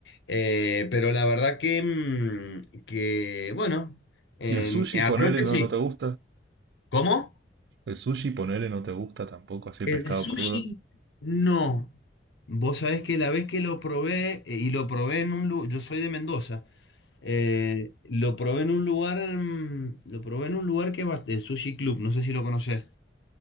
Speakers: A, on the left; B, on the right.
A: Eh, pero la verdad que, mm, que bueno, en,
B: Y el sushi,
A: en
B: ponele,
A: la noche
B: no,
A: sí.
B: no te gusta.
A: ¿Cómo?
B: El sushi, ponele, no te gusta tampoco, así el
A: El
B: pescado
A: sushi,
B: crudo.
A: no. Vos sabés que la vez que lo probé, eh, y lo probé en un lugar, yo soy de Mendoza, eh, lo probé en un lugar, mm, lo probé en un lugar que va, el Sushi Club, no sé si lo conocés.